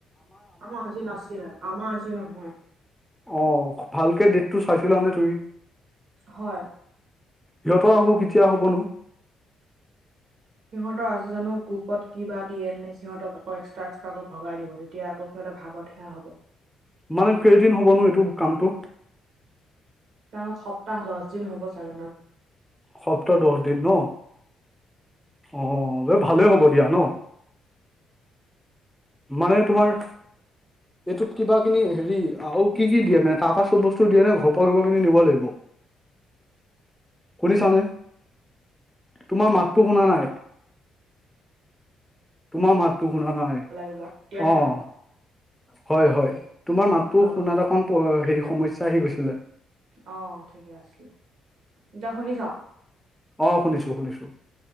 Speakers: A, on the right; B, in the centre.
A: আমাৰ আজি নাছিলে। আমাৰ আজি নহয়।
B: অঁ ভালকে ডেটটো চাইছিলা নে তুমি?
A: হয়।
B: সিহঁৰ আকৌ কেতিয়া হ'বনো?
A: সিহঁতৰ আজি জানো গ্ৰুপত কিবা দিয়েনে সিহঁতক এক্সটা এক্সটাকে ভগাই দিলোঁ। এতিয়া আকৌ সিহঁতে ভাগত সেৱা হ'ব।
B: মানে কেইদিন হ'বনো এইটো কামটো।
A: কাৰণ সপ্তাহ দছ দিন হ'ব চাগে আৰু।
B: সপ্তাহ দহ দিন ন। অঁ এ ভালেই হ'ব দিয়া ন। মানে তোমাৰ এইটোত কিবা কিনি হেৰি আৰু কি কি দিয়ে মানে তাৰপা চব বস্তু দিয়ে নে ঘৰ পৰা কিবা কিনি নিব লাগিব।
A: <inaudible>
B: শুনিছানে? তোমাৰ মাতটো শুনা নাই। তোমাৰ মাততো শুনা নাই।
A: লাগিব। তেতিয়াহে
B: অঁ
A: হ'ব
B: হয় হয়, তোমাৰ মাতটো
A: অ
B: শুনাত অকণ হেৰি সমস্যা আহি গৈছে। খিলে।
A: অঁ, ঠিকে আছিলে। এতিয়া শুনিছ?
B: অঁ শুনিছো শুনিছো।